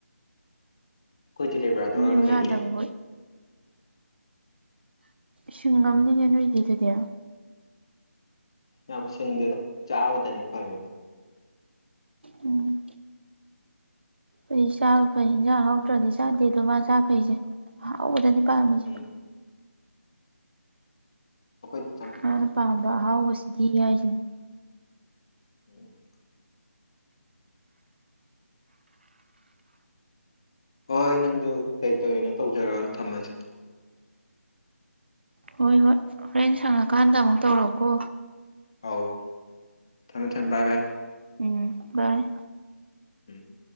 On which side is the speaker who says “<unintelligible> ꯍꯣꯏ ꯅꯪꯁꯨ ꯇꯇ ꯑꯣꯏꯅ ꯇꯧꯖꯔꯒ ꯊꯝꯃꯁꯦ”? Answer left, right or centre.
Left